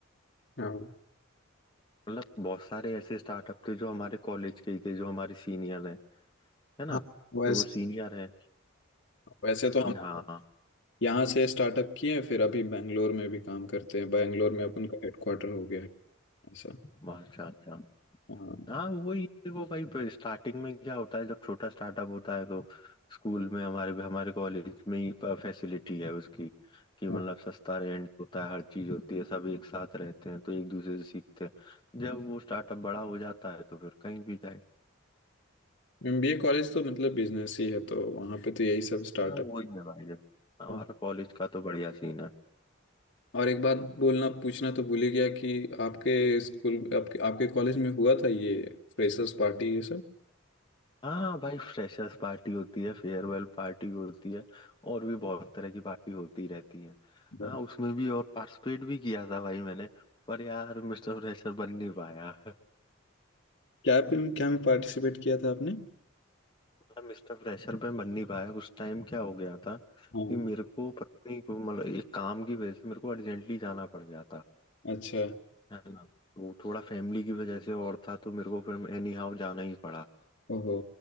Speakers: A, on the left; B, on the left.
A: हाँ
B: मतलब बहुत सारे ऐसे स्टार्टअप थे जो हमारे कॉलेज के ही थे जो हमारे सीनियर हैं है ना
A: हाँ वैसे
B: तो वो सीनियर है
A: वैसे तो हम
B: हाँ हाँ
A: यहाँ से स्टार्टअप किए हैं फिर अभी बैंगलोर में भी काम करते हैं बैंगलोर में अपन का हेडक्वार्टर हो गया है ऐसा
B: हाँ, अच्छा अच्छा
A: हाँ
B: हाँ वही देखो भाई स्टार्टिंग में क्या होता है जब छोटा स्टार्टअप होता है तो स्कूल में हमारे हमारे कॉलेज में ही फैसिलिटी है उसकी कि मतलब
A: हाँ
B: सस्ता रेंट होता है हर चीज होती है सब एक साथ रहते हैं तो एक दूसरे से सीखते हैं जब वो स्टार्टअप बड़ा हो जाता है तो फिर कहीं भी जाए
A: एमबीए कॉलेज तो मतलब बिजनेस ही है तो वहाँ पे तो यही सब स्टार्टअप
B: हाँ वही है भाई देखो हमारा
A: हाँ
B: कॉलेज का तो बढ़िया सीन है
A: और एक बात बोलना पूछना तो भूल ही गया कि आपके स्कूल आपके आपके कॉलेज में हुआ था ये फ्रेशर्स पार्टी ये
B: हाँ भाई फ्रेशर्स पार्टी होती है फेयरवेल पार्टी होती है और भी बहुत तरह की पार्टी होती रहती है
A: सब
B: हाँ उसमें भी और पार्टिसिपेट भी किया था भाई मैंने पर यार मिस्टर फ्रेशर बन नहीं पाया
A: क्या पे में क्या में पार्टिसिपेट किया था आपने
B: मतलब मिस्टर फ्रेशर पे बन नहीं पाया उस टाइम क्या हो गया था
A: हाँ
B: कि मेरे को पत्नी को मतलब एक काम की वजह से मेरे को अर्जेंटली जाना पड़ गया था
A: अच्छा
B: है ना वो थोड़ा फैमिली की वजह से और था तो मेरे को फिर एनी हाउ जाना ही पड़ा
A: ओहो